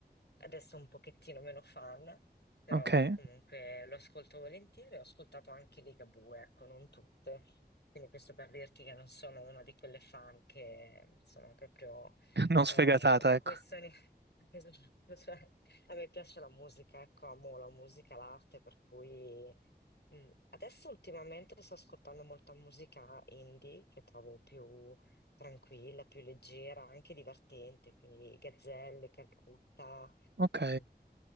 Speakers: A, on the left; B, on the right.
A: adesso un pochettino meno fan però
B: ok.
A: comunque lo ascolto volentieri, ho ascoltato anche Ligabue, ecco, non tutte. Quindi questo per dirti che non sono una di quelle fan che sono proprio
B: Non
A: eh,
B: sfegatata,
A: o
B: ecco.
A: questioni <laughs> Esatto, cioè, a me piace la musica, ecco, amo la musica, l'arte, per cui mm, adesso ultimamente sto ascoltando molta musica indie che trovo più tranquilla, più leggera, anche divertente, quindi Gazzelle, Calcutta.
B: Ok,
A: mm.